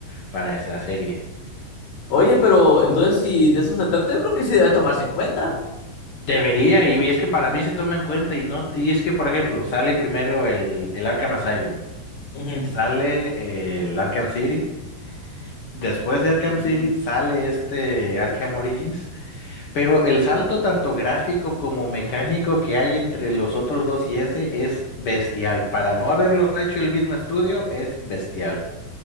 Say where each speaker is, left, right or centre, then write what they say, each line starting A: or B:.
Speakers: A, on the left; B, on the left.
A: para esa serie.
B: Oye, pero entonces si de eso se trata, yo creo que sí debe tomarse en cuenta.
A: Debería, y es que para mí se toma en cuenta y no, y es que, por ejemplo, sale primero el, el Arkham Asylum,
B: Ujú.
A: sale eh, el Arkham City, después de Arkham
B: Ujú.
A: City sale este Arkham Origins. Pero el salto tanto gráfico como mecánico que hay entre los otros dos y ese es bestial. Para no haberlo hecho el mismo estudio, es bestial.